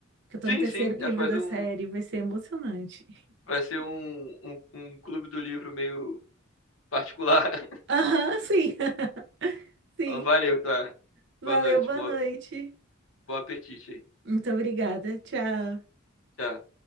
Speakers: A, on the right; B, on the left.
A: que eu tô
B: Sim,
A: no terceiro
B: sim,
A: livro
B: já faz
A: da
B: um.
A: série, vai ser emocionante.
B: Vai ser um, um, um clube do livro meio particular. <laughs>
A: Aham, sim, <laughs> sim.
B: Valeu, Clara.
A: Valeu,
B: Boa noite,
A: boa
B: boa,
A: noite.
B: bom apetite aí.
A: Muito obrigada. Tchau.
B: Tchau.